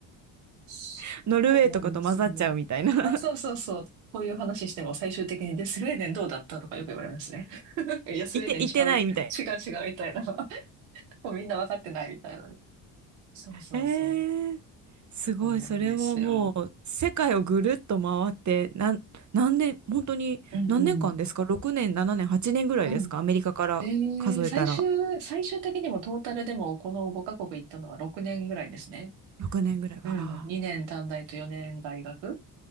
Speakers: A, on the right; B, on the right.
A: そ
B: <laughs> ノルウェーとかと混ざっちゃうみたいな。
A: うなんですね。
B: <laughs>
A: あ、そうそうそう。こういう話しても最終的に、で、スウェーデンどうだったとかよく言われますね。<laughs> いや、スウェーデンちゃう。
B: いて、いてないみたい
A: 違う違うみたいな。<laughs> もうみんな分かってないみたいな。そうそうそう。
B: な。えー、すごい、
A: そうなんですよ。
B: それはもう世界をぐるっと回って、なん、何年、本当に何年間ですか
A: うんうん。
B: ?6 年、7年、8年ぐらいですかアメリカから数えたら。
A: うん。えー、最終、最終的にもトータルでもこの5カ国行ったのは6年ぐらいですね。
B: 6年ぐらい。わあ
A: うん。2年短大と4年大学